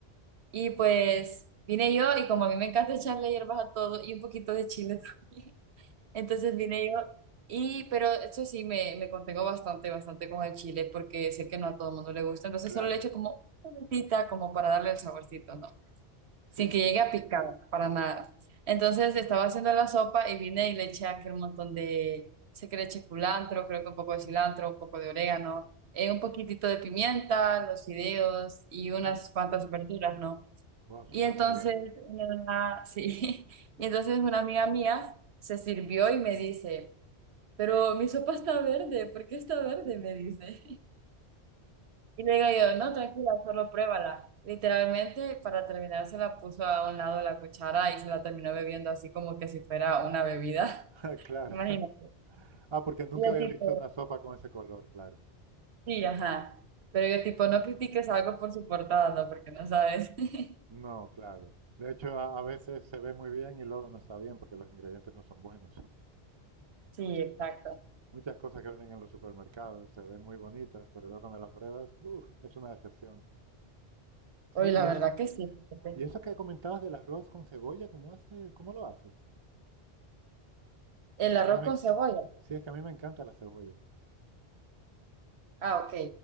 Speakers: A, on the right; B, on the right.
A: Y pues vine yo y como a mí me encanta echarle hierbas a todo y un poquito de chile también. <laughs> Entonces vine yo y, pero eso sí, me, me contengo bastante, bastante con el chile porque sé que no a todo el mundo le gusta. Entonces
B: claro,
A: solo le echo como una puntita como para darle el saborcito, ¿no?
B: sí,
A: sin que llegue a picar, para nada. Entonces estaba haciendo la sopa y vine y le eché aquel montón de, sé que le eché culantro, creo que un poco de cilantro, un poco de orégano, eh, un poquitito de pimienta, los fideos y unas
B: uff,
A: cuantas verduras, ¿no?
B: wow, suena
A: Y entonces,
B: muy bien.
A: una- sí, <laughs> y entonces una amiga mía se sirvió y me dice, pero mi sopa está verde, ¿por qué está verde? Me dice. Y le digo yo, no, tranquila, solo pruébala. Literalmente, para terminar, se la puso a un lado de la cuchara y se la terminó bebiendo así como que si fuera una bebida.
B: <laughs>
A: <laughs>
B: Claro.
A: Imagínate.
B: <laughs> Ah, porque nunca
A: Y yo
B: había
A: tipo,
B: visto una sopa con ese color, claro.
A: sí, ajá. Pero yo tipo, no critiques algo por su portada, no, porque no sabes. <laughs>
B: No, claro. De hecho, a, a veces se ve muy bien y luego no está bien porque los ingredientes no son buenos.
A: Sí, exacto.
B: Muchas cosas que venden en los supermercados se ven muy bonitas, pero luego cuando las pruebas, uf, es una decepción.
A: Oye,
B: Sí,
A: la
B: y es
A: verdad que sí. fíjate.
B: y eso que comentabas del arroz con cebolla, ¿cómo hace, cómo lo haces?
A: El
B: Porque
A: arroz
B: a mí me,
A: con
B: en-
A: cebolla.
B: sí, es que a mí me encanta la cebolla.
A: Ah, ok.